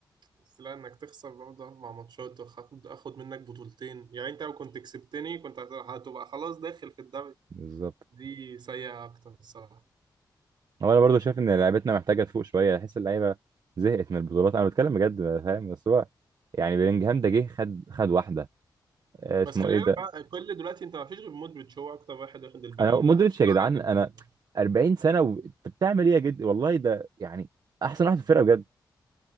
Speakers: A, on the right; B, on the right.
A: بس لا انك تخسر برضه اربع ماتشات واخد اخد منك بطولتين يعني انت لو كنت كسبتني كنت هت- هتبقى خلاص داخل في الدوري
B: بالظبط
A: دي سيئة اكتر الصراحة
B: هو انا برضو شايف ان لعبتنا محتاجه تفوق شويه احس اللعيبه زهقت من البطولات انا بتكلم بجد بقى، فاهم بس هو يعني بلينجهام ده جه خد خد واحده آه، اسمه
A: بس خلي
B: ايه ده
A: بالك بقى، كل دلوقتي انت ما فيش غير مودريتش هو اكتر واحد واخد الباقيين
B: انا مودريتش
A: لا قشطة
B: يا جدعان
A: عادي
B: انا
A: في الدنيا.
B: 40 سنه وانت بتعمل ايه يا جد والله ده يعني احسن واحد في الفرقه بجد